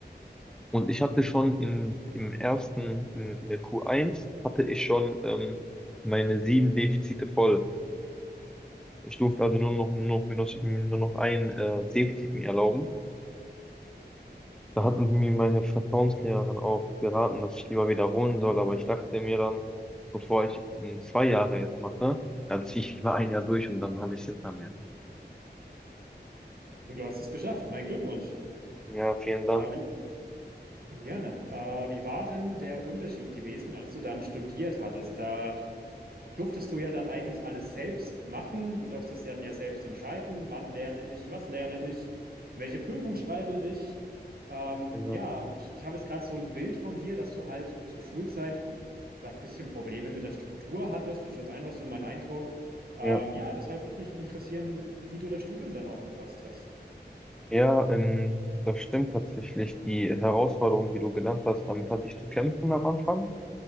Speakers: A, in the centre; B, on the right.
A: Und ich hatte schon in, im ersten, in, in der Q1, hatte ich schon ähm, meine sieben Defizite voll. Ich durfte also nur noch, nur noch, mir noch- nur noch ein äh, Defizit mir erlauben. Da hatten mir meine Vertrauenslehrerin auch geraten, dass ich lieber wiederholen soll, aber ich dachte mir dann, bevor ich mm, zwei Jahre jetzt mache, dann ziehe ich lieber ein Jahr durch und dann habe ich es hinter mir.
B: Du hast es geschafft, mein Glückwunsch.
A: Ja, vielen Dank.
B: Äh, wie, gerne. Äh, wie war denn der Unterschied gewesen, als du dann studiert hattest? Da durftest du ja dann eigentlich alles selbst machen. Du durftest ja dann ja selbst entscheiden, wann lerne ich, was lerne ich, welche Prüfung schreibe ich. Ähm,
A: Genau.
B: ja, ich, ich habe jetzt gerade so ein Bild von dir, dass du halt zur Schulzeit vielleicht ein bisschen Probleme mit der Struktur hattest. Das ist jetzt einfach so mein Eindruck. Ähm,
A: Ja,
B: ja, deshalb würde mich interessieren, wie du das Studium dann aufgefasst hast.
A: ja, ähm, das stimmt tatsächlich. Die Herausforderung, die du genannt hast, damit hatte ich zu kämpfen am Anfang.